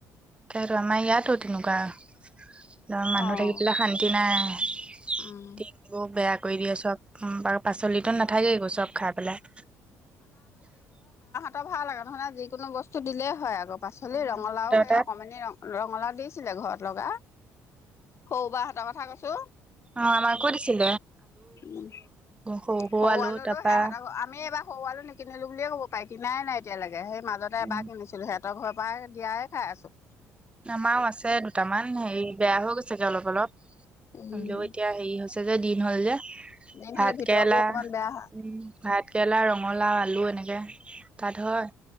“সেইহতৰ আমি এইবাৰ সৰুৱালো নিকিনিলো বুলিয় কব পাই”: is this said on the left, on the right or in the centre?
Left